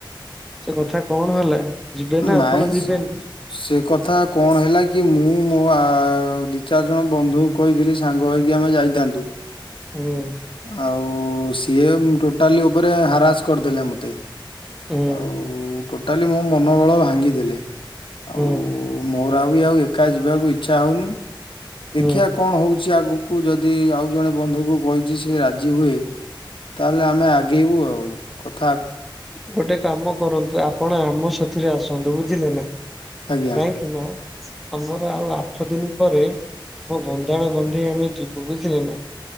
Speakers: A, in the centre; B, on the left (about 75°).
A: ସେ କଥା କଣ ହେଲା ଯିବେ ନା
B: ନାଇଁ
A: ଆପଣ ଯିବେନି
B: ସେ କଥା କଣ ହେଲା କି ମୁଁ ମୋ ଆଉ ଦି ଚାରି ଜଣ ବନ୍ଧୁ କହିଥିଲି ସାଙ୍ଗ ହେଇକି ଆମେ ଯାଇଥାନ୍ତୁ
A: ହୁଁ
B: ଆଉ ସିଏ ଟୋଟାଲି ଉପରେ ହାରାସ କରିଦେଲେ ମତେ
A: ହୁଁ
B: ଆଉ ଟୋଟାଲି ମୋ ମନୋବଳ ଭାଙ୍ଗିଦେଲେ ଆଉ
A: ହୁଁ
B: ମୋର ଆ ବି ଆଉ ଏକା ଯିବାକୁ ଇଚ୍ଛା ହଉନି ଦେଖିବା
A: ହୁଁ
B: କଣ ହଉଛି? କିଛି ଆଗକୁ ଯଦି ଆଉ ଜଣେ ବନ୍ଧୁଙ୍କୁ କହି ଯି ସେ ରାଜି ହୁଏ ।
A: ଗୋଟେ କାମ କରନ୍ତୁ ଆପ ଆପଣ ଆମ ସାଥିରେ ଆସନ୍ତୁ ବୁଝିଲେ ନା,
B: ଆଜ୍ଞା
A: କାହିଁକି ନା ଆମର ଆଉ ଆଠ ଦିନ ପରେ ମୋ ବନ୍ଦାଣ ବନ୍ଧେଇ ଆମେ ଯିବୁ ବୁଝିଲେ ନା?